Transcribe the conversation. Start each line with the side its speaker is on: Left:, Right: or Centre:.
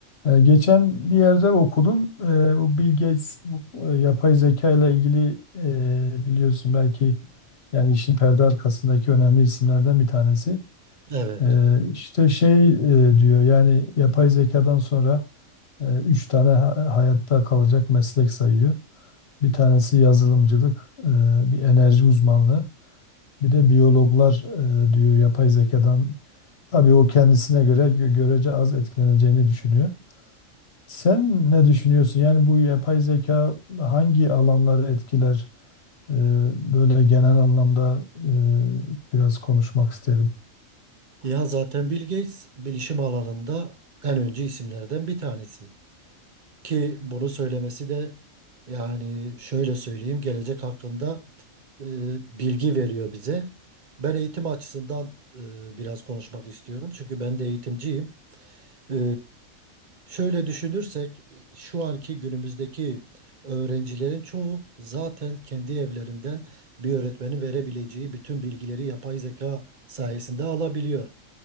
Left: Ee, geçen bir yerde okudum. Ee, bu Bill Gates bu e, yapay zeka ile ilgili e, biliyorsun belki yani işin perde arkasındaki önemli isimlerden bir tanesi.
Right: Evet.
Left: Ee, işte şey e, diyor yani yapay zekadan sonra e, üç tane ha- hayatta kalacak meslek sayıyor. Bir tanesi yazılımcılık, e, bir enerji uzmanlığı, bir de biyologlar e, diyor yapay zekadan. Tabii o kendisine göre gö- görece az etkileneceğini düşünüyor. Sen ne düşünüyorsun? Yani bu yapay zeka hangi alanları etkiler? Ee, böyle genel anlamda e, biraz konuşmak isterim.
Right: Ya zaten Bill Gates bilişim alanında en öncü isimlerden bir tanesi. Ki bunu söylemesi de yani şöyle söyleyeyim gelecek hakkında e, bilgi veriyor bize. Ben eğitim açısından e, biraz konuşmak istiyorum. Çünkü ben de eğitimciyim. E, şöyle düşünürsek şu anki günümüzdeki öğrencilerin çoğu zaten kendi evlerinden bir öğretmenin verebileceği bütün bilgileri yapay zeka sayesinde alabiliyor.